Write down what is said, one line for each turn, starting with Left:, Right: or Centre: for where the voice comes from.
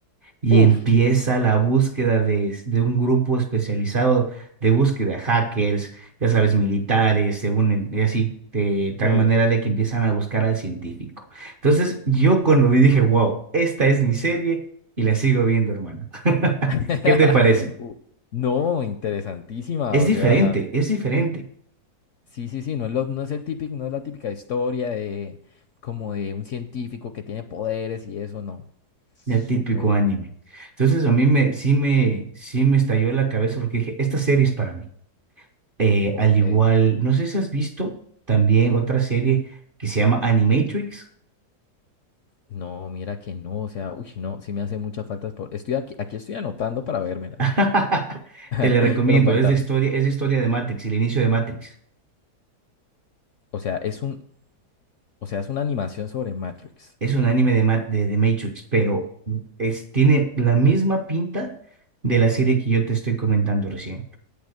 Right: y
Left: Uf,
Right: empieza la búsqueda de, de un grupo especializado de búsqueda, hackers, ya sabes, militares, se unen y así, de tal
Left: sí.
Right: manera de que empiezan a buscar al científico. Entonces, yo cuando vi dije, wow, esta es mi serie y la sigo viendo, hermano. <laughs>
Left: <laughs>
Right: ¿Qué te parece?
Left: Uh, No, interesantísima,
Right: Es
Left: o
Right: diferente,
Left: sea,
Right: es diferente
Left: sí, sí, sí, no es lo- no es el típico, no es la típica historia de como de un científico que tiene poderes y eso, no. Súper,
Right: del típico anime. Entonces, a mí me, sí me, sí me estalló la cabeza porque dije, esta serie es para mí. Eh,
Left: ok.
Right: al igual, no sé si has visto también otra serie que se llama Animatrix.
Left: No, mira que no, o sea, uy, no, sí me hace muchas faltas por- Estoy aquí, aquí estoy anotando para vérmelas.
Right: <laughs> Te la
Left: <laughs>
Right: recomiendo,
Left: Pero cuéntame,
Right: es de historia, es de historia de Matrix, el inicio de Matrix.
Left: o sea, es un, o sea, es una animación sobre Matrix.
Right: Es un anime de, Ma- de, de Matrix, pero es, tiene la misma pinta de la serie que yo te estoy comentando recién.